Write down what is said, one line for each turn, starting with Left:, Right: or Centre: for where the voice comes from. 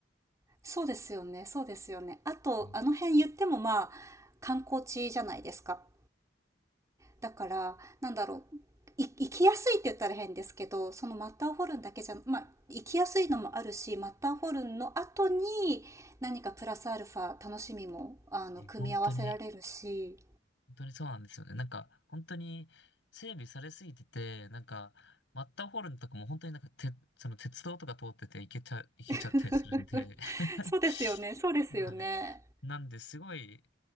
Right: そうですよね、そうですよね。あと、
Left: うん
Right: あの辺言ってもまあ、観光地じゃないですか。だから、なんだろう。い生きやすいって言ったら変ですけど、そのマッターホルンだけじゃ、まあ、生きやすいのもあるし、マッターホルンの後に何かプラスアルファ楽しみも、あの、
Left: いや本当に
Right: 組み合わせられるし。
Left: 本当にそうなんですよね。なんか、本当に整備されすぎてて、なんか、マッターホルンとかも本当になんか、て、その鉄道とか通ってて行けちゃ、行けちゃったりするんで。
Right: <laughs>
Left: <laughs>
Right: そうですよね、そうですよね。
Left: はい。なんで、すごい、